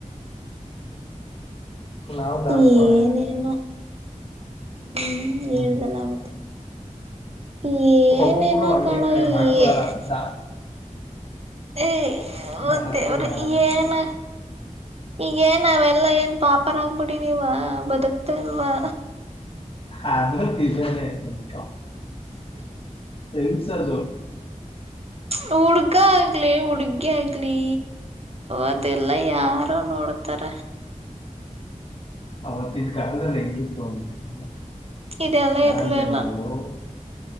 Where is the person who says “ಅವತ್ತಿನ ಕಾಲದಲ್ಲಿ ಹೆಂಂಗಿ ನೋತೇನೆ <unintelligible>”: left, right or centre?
Left